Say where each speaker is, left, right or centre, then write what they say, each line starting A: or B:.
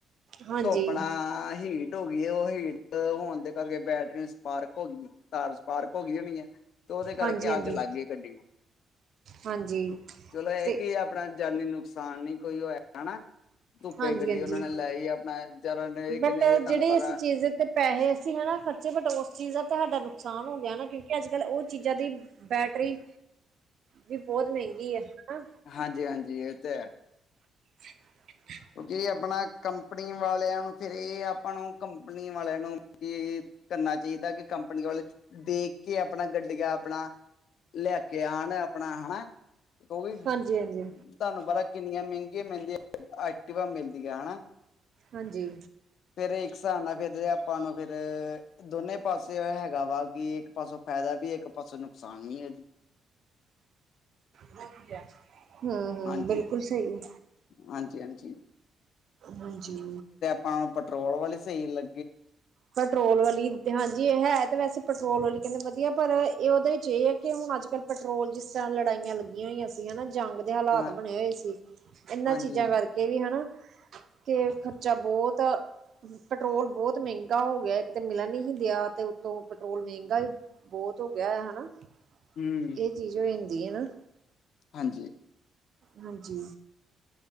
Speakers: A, on the right; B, on the left.
A: ਹਾਂਜੀ,
B: ਧੋਪਣਾ ਹੀ। ਟ ਹੋ ਗਈ ਉਹ ਹੀਟ ਹੋਣ ਦੇ ਕਰਕੇ ਬੈਟਰੀ। ਪਾਰਕ ਹੋ ਗਈ ਤਾਰ ਪਾਰਕ ਹੋ ਗਈ ਹੋਣੀ ਹੈ ਤੇ ਉਹਦੇ ਕਰਕੇ
A: ਹਾਂਜੀ, ਹਾਂਜੀ,
B: ਅੱਗ ਲੱਗ ਗਈ ਗੱਡ ਨੂੰ।
A: ਹਾਂਜੀ।
B: ਚਲੋ,
A: ਤੇ
B: ਐ ਕੀ ਆਪਣਾ ਜਾਨੀ ਨੁਕਸਾਨ ਨੀ ਕੋਈ ਹੋਇਆ, ਹਨਾ। ਤੁੱਪੇ
A: ਹਾਂਜੀ,
B: ਗੱਡੀ
A: ਹਾਂਜੀ
B: ਔਨਾਂ ਨੇ, ਲਾਈ ਆਪਣਾ ਚਲੋ ਨੇ, ਕਿਨੇ
A: ਬਟ
B: ਦੀ ਤਾਨੁ
A: ਜਿਹੜੀ
B: ਪਤਾ
A: ਅਸੀਂ
B: ਐ।
A: ਚੀਜ਼ ਤੇ ਪੈਹੇ ਅਸੀਂ, ਹਨਾ ਖਰਚੇ, ਬਟ ਔਸ ਚੀਜ਼ ਦਾ ਤਾਂ ਹਾਡਾ ਨੁਕਸਾਨ ਹੋ ਗਿਆ ਨਾ, ਕਿਉਂਕਿ ਅੱਜ-ਕੱਲ੍ਹ ਔ ਚੀਜ਼ਾਂ ਦੀ। ਬੈਟਰੀ ਵੀ ਬੋਤ ਮੈਂਗੀ ਆ ਹਨਾ।
B: ਹਾਂਜੀ-ਹਾਂਜੀ, ਏ ਤੇ ਹੈ।
A: <inaudible>
B: ਕਿਉਂਕਿ, ਆਪਣਾ ਕੰਪਨੀ ਵਾਲਿਆਂ ਨੂੰ, ਫੇਰ ਏ ਆਪਾਂ ਨੂੰ ਕੰ। ਕੰਪਨੀ ਵਾਲਿਆਂ ਨੂੰ, ਏ ਕਰਨਾ ਚਾਈਦਾ ਕਿ ਕੰਪਨੀ ਵਾਲੇ ਦੇਖ। ਕੀ ਅਪਣਾ ਗੱਡੀਆਂ, ਅਪਣਾ ਲੈ ਕੇ ਆਣ, ਅਪਣਾ ਹਨਾ। ਔ ਵੀ
A: ਹਾਂਜੀ, ਹਾਂਜੀ,
B: ਤਾਨੂੰ ਪਤਾ, ਕਿੰਨੀਆਂ ਮੈੰਗੀਆਂ ਮਿਲਦਿਆਂ, ਐਕਟੀਵਾ ਮਿਲਦੀਆਂ ਹਨਾ।
A: ਹਾਂਜੀ।
B: ਫੇਰ ਏਕ ਸਾਬ ਨਾਲ, ਫੇਰ ਆਪਾਂ ਨੂੰ ਫੇਰ ਦੋਨੇ। ਇੱਕ ਪਾਸੇ, ਹੈਗਾ ਵਾ ਕਿ ਏੱਕ ਪਾਸੋਂ ਫੈਦਾ ਵੀ, ਏਕ ਪਾਸੋ ਨੁਕਸਾਨ ਵੀ ਐ ਜੀ।
A: ਰੋਕ ਗਿਆ। ਹੁੰ-ਹੁੰ,
B: ਹਾਂਜੀ
A: ਬਿਲਕੁਲ ਸਈ,
B: ਹਾਂਜੀ ਹਾਂਜੀ
A: ਹਾਂਜੀ।
B: ਪਾ ਪਟਰੋਲ ਵਾਲੀ ਸਈ ਲ
A: ਪੈਟਰੋਲ ਵਾਲੀ, ਹਾਂਜੀ, ਹੈ ਤੇ ਵੈਸੇ ਪਟਰੋਲ ਵਾਲੀ ਕੈਂਦੇ ਵਧਿਆ ਐ, ਪਰ ਏ ਔਦੇ ਚ ਏ ਐ ਕਿ ਹੁਣ ਅਜ-ਕਲ੍ਹ ਪਟਰੋਲ, ਜਿਸ ਤਰਾਂ ਲੜਾਇਯਾ ਲਗੀਆ ਹੋਈਆ ਸੀ, ਹਨਾ। ਜੰਗ ਦੇ ਹਾਲਾਤ
B: ਹਾਂ
A: ਬਣੇ ਹੋਏ ਸੀ, ਏਨਾਂ
B: ਹਾਂਜੀ
A: ਚੀਜ਼ਾਂ ਕਰਕੇ। ਏ ਵੀ, ਹਨਾ। ਕਿ ਖ਼ਰਚਾ ਬੋਤ, ਪੈਟਰੋਲ ਬੋਤ ਮੇੰਗਾ ਹੋ ਗਿਆ। ਕਿਤੇ ਮਿਲਣ ਨੀ ਸੀ ਦਿਆ, ਤੇ ਉੱਤੋਂ ਪੈਟਰੋਲ ਮੇਂਗਾ ਈ ਬੋਤ ਹੋ ਗਿਆ ਐ, ਹਨਾ।
B: ਹੁੰ।
A: ਇਹ ਚੀਜ਼ ਹੋ ਜਾਂਦੀ ਏ, ਨਾ।
B: ਹਾਂਜੀ।
A: ਹਾਂਜੀ।